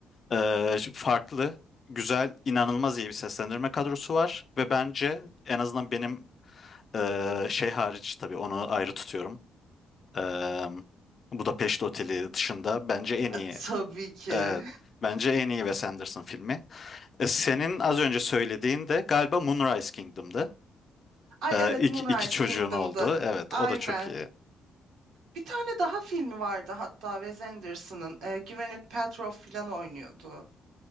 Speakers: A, on the left; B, on the right.
A: Ee, farklı, güzel, inanılmaz iyi bir seslendirme kadrosu var ve bence en azından benim e, şey hariç tabii onu ayrı tutuyorum. Ee, Budapeşte Oteli dışında bence en iyi,
B: A, tabii ki.
A: evet, bence en iyi Wes Anderson filmi. E, senin az önce söylediğin de galiba Moonrise Kingdom'dı.
B: <laughs> Ay
A: Ee,
B: evet
A: iki,
B: Moonrise
A: iki çocuğun
B: Kingdom'da.
A: oldu. Evet,
B: Aynen.
A: o da çok iyi.
B: Bir tane daha filmi vardı hatta Wes Anderson'ın. E, Gwyneth Paltrow falan oynuyordu.